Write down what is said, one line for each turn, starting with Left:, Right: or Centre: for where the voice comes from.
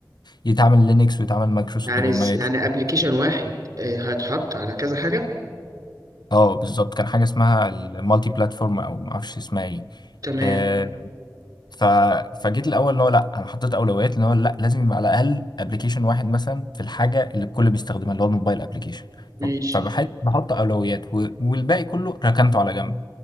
Left: يتعمل لينكس ويتعمل مايكروسوفت
Right: يعني
Left: مايكرو
Right: إز- يعني ابلكيشن واحد آه، هيتحط على كذا حاجة
Left: اه بالظبط كان حاجة اسمها المالتي بلاتفورم أو معرفش اسمها إيه
Right: تمام
Left: آه، ف... فجيت الاول اللي هو لا انا حطيت اولويات ان هو لا لازم يبقى على الاقل ابلكيشن واحد مثلا في الحاجه اللي الكل بيستخدمها اللي هو الموبايل ابلكيشن ف...
Right: ماشي
Left: فبحط بحط اولويات و... والباقي كله ركنته على جنب